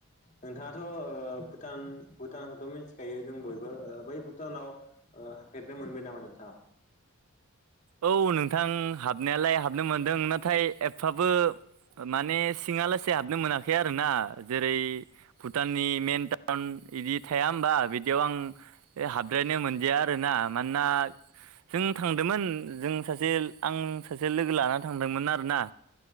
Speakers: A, on the left; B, on the right.
A: नोंथाङाथ' ओ भुटान भुटानखौथ' मिथिखायो जों बयबो बै भुटानाव ओ फेरनो मोनबाय नामा नोंथाङा?
B: औ नोंथां हाबनायालाय हाबनो मोनदों। नाथाय एफफाबो माने सिङालासे हाबनो मोनाखै आरो ना जेरै भुटाननि मेन टाउन बिदि थाया होमबा बिदियाव आं हाबद्रायनो मोनदिया आरोना। मानोना जों थांदोंमोन जों सासे आं सासे लोगो लाना थांदोंमोन आरोना।